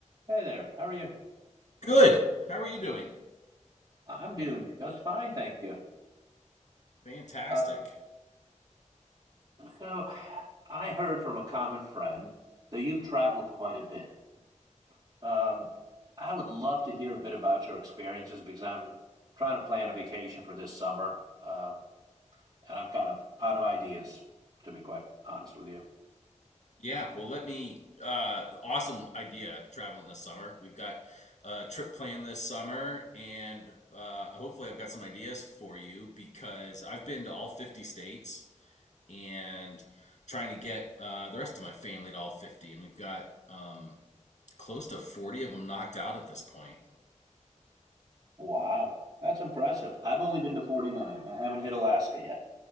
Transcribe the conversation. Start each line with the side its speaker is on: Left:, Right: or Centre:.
Right: Hey there, how are you?
Left: Good. How are you doing?
Right: I'm doing just fine, thank you.
Left: Fantastic.
Right: Um, so, I heard from a common friend that you've traveled quite a bit. Um, I would love to hear a bit about your experiences because I'm trying to plan a vacation for this summer, um, and I'm kind of out of ideas, to be quite honest with you.
Left: Yeah, well, let me uh awesome idea traveling this summer. We've got a trip planned this summer and uh hopefully I've got some ideas for you because I've been to all 50 states and trying to get uh the rest of my family to all 50 and we've got um close to 40 of them knocked out at this point.
Right: Wow, that's impressive. I've only been to 49. I haven't hit Alaska yet,